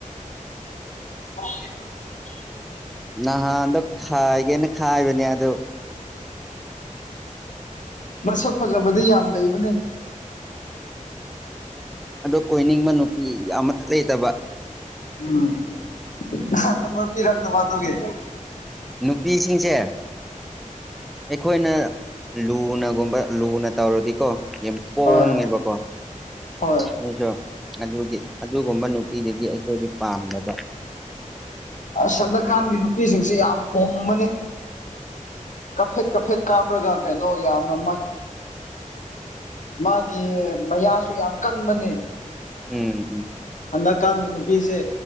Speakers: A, on the left (about 65°); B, in the centre.
A: ꯍ
B: ꯅꯍꯥꯟꯗꯣ ꯈꯥꯏꯒꯦꯅ ꯈꯥꯏꯕꯅꯦ ꯑꯗꯣ
A: ꯃꯁꯛ ꯐꯖꯕꯗꯤ ꯌꯥꯝ ꯂꯩꯕꯅꯦ
B: ꯑꯗꯣ ꯀꯣꯏꯅꯤꯡꯕ ꯅꯨꯄꯤ ꯌꯥꯝ ꯃꯊꯛ ꯂꯩꯇꯕ
A: ꯎꯝ ꯅꯝꯕꯔ ꯄꯤꯔꯛꯇꯕ ꯑꯗꯨꯒꯤꯦ
B: ꯅꯨꯄꯤꯁꯤꯡꯁꯦ ꯑꯩꯈꯣꯏꯅ ꯂꯨꯅꯒꯨꯝꯕ ꯂꯨꯅ ꯇꯧꯔꯗꯤꯀꯣ ꯄꯣꯡꯉꯦꯕꯀꯣ
A: ꯍꯣꯏ ꯍꯣꯏ
B: ꯅꯣꯏꯁꯨ ꯑꯗꯨꯒꯤ ꯑꯗꯨꯒꯨꯝꯕ ꯅꯨꯄꯤꯗꯨꯗꯤ ꯑꯩꯈꯣꯏꯗꯤ ꯄꯥꯝꯗꯕ
A: ꯁꯟꯗꯀꯥꯟꯒꯤ ꯅꯨꯄꯤꯁꯤꯡꯁ ꯌꯥꯝ ꯄꯣꯝꯕꯅꯤ ꯀꯐꯦꯠ ꯀꯐꯦꯠ ꯀꯥꯞꯔꯒ ꯀꯩꯅꯣ ꯌꯥꯝꯅ ꯃꯥꯒꯤ ꯃꯌꯥꯁꯨ ꯌꯥꯝ ꯀꯟꯕꯅꯦ
B: ꯎꯝ ꯎꯝ
A: ꯍꯟꯗꯛꯀꯥꯟꯒꯤ ꯅꯨꯄꯤꯁꯦ